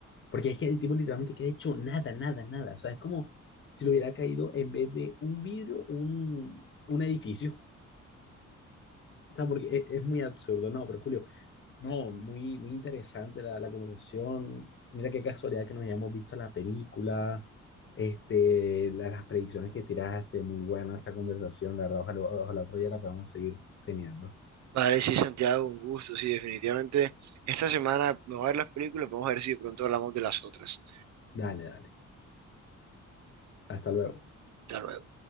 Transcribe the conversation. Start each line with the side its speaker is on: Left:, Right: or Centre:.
Left: Porque es que el tipo literalmente que ha hecho nada, nada, nada. O sea, es como si le hubiera caído en vez de un vidrio, un, un edificio. O sea, porque es, es muy absurdo, ¿no? Pero Julio. No, muy, muy interesante la, la conversación. Mira qué casualidad que nos hayamos visto la película, este, la- las predicciones que tiraste, muy buena esta conversación, la verdad, ojalá, ojalá otro día la podamos seguir teniendo.
Right: Vale, sí, Santiago, un gusto, sí, definitivamente. Esta semana me voy a ver las películas, vamos a ver si de pronto hablamos de las otras.
Left: Dale, dale. Hasta luego.
Right: Hasta luego.